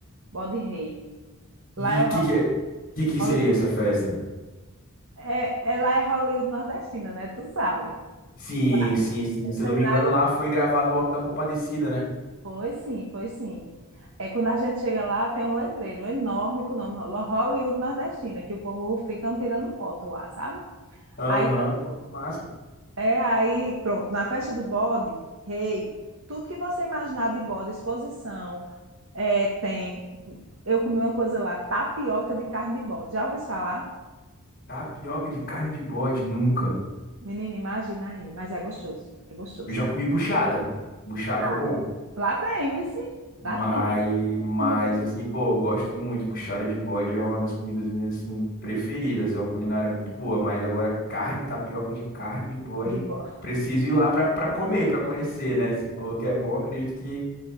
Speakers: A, on the right; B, on the left.
A: bode rei.
B: E
A: Lá é, o
B: que
A: Ho-
B: que, é- que que
A: Holly-
B: seria essa festa?
A: é, é- lá é Hollywood nordestina, né? Tu sabe.
B: Sim,
A: Ba-
B: sim, sim. Se
A: Cenário.
B: eu não me engano, lá foi gravado o Alto da Compadecida, né?
A: Pois sim, pois sim. É, quando a gente chega lá, tem um letreiro enorme com o nome Ho- Hollywood nordestina, que o povo ficam tirando foto lá, sabe?
B: Aham,
A: aí
B: pô, que massa.
A: É aí, pronto, na festa do bode, rei, tudo que você imaginar de bode, exposição, é, tem. Eu comi uma coisa lá, tapioca de carne de bode. Já ouviu falar?
B: Tapioca de carne de bode, nunca.
A: Menina, imagina aí, mas é gostoso, é gostoso.
B: Eu já comi buchada. Buchada
A: Ah,
B: é bom.
A: Lá tem, viu? sim?
B: Mas,
A: Lá tem
B: mas
A: comida
B: assim, pô, eu gosto muito. Buchada de bode é uma das comidas minhas assim preferidas. É uma culinária muito boa, mas agora carne, tapioca de carne de bode,
A: de bode.
B: preciso ir lá pra para comer, pra conhecer, né? Você falou que é bom, acredito que